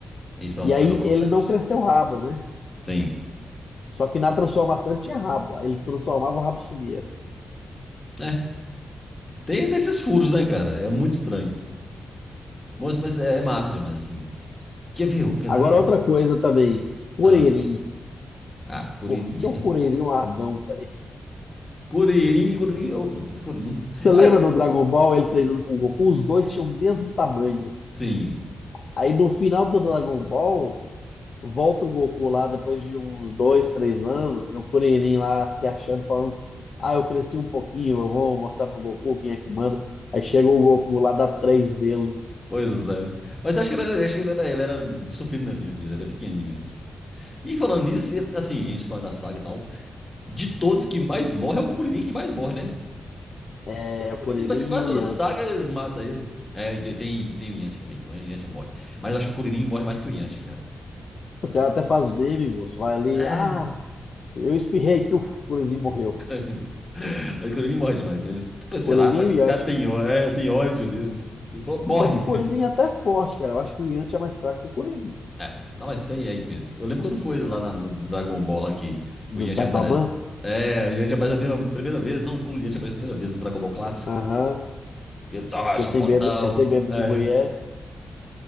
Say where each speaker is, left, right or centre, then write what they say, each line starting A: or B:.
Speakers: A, on the left; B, on the left.
A: Isso pra
B: E
A: acelerar
B: aí
A: o processo.
B: ele não cresceu o rabo, né?
A: Sim.
B: Só que na transformação ele tinha rabo. Aí ele se transformava, o rabo sumia.
A: É. Tem desses furos, né, cara? É muito estranho. Mas, mas é, é massa demais, assim. Quer ver? o- Quer
B: Agora,
A: ver?
B: outra coisa também. Kuririn.
A: Ah, ah Curirim.
B: Por que
A: <laughs>
B: o Kuririn é um anão, velho?
A: Curirim, Curirim. Oh, meu Deus, Curirim.
B: Você lembra
A: Ah,
B: do Dragon Ball, ele treinando com o Goku? Os dois tinham o mesmo tamanho.
A: sim.
B: Aí no final do Dragon Ball, volta o Goku lá depois de uns dois, três anos, e o Kuririn lá se achando, falando: Ah, eu cresci um pouquinho, eu vou mostrar pro Goku quem é que manda. Aí chega o Goku lá, dá três dele.
A: Pois é. Mas acho que ele era, acho que ele era, ele era de sofrendo nanismo, ele era pequenininho mesmo. E falando nisso, ele- assim, a gente falando da saga e tal, de todos que mais morre é o Kuririn que mais morre, né?
B: É,
A: O
B: o
A: Kuririn
B: Kuririn
A: parece que quase
B: e o
A: todas
B: Yantia.
A: as sagas mata ele. É, e tem, tem o Yantia também, o Yantia morre. Mas eu acho que o Kuririn morre mais que o Yantia, cara.
B: Os caras até fazem meme, moço. Vai ali,
A: É.
B: ah, eu espirrei, tuf, o Kuririn morreu.
A: <laughs> Kuririn morre. Mas o Kuririn morre demais mesmo. Tipo, Sei
B: Kuririn
A: lá, parece
B: e o
A: que os
B: Yantia.
A: caras têm ó- é, têm ódio deles. Morre.
B: Só que o Corinthians é até é forte, cara. Eu acho que o Yanti é mais fraco que o Corinthians.
A: É, não, mas tem, é isso mesmo. Eu lembro quando foi lá na- no Dragon Ball lá que o
B: Do
A: Yanti
B: Saibaman?
A: aparece. É, o Yanti aparece a mesma- primeira vez, não, quando o Yanti aparece a primeira vez no Dragon Ball clássico.
B: Aham.
A: Que ele tá, ah,
B: Ele
A: eu sou
B: tem
A: fodão.
B: medo, ele tem medo
A: É.
B: de mulher.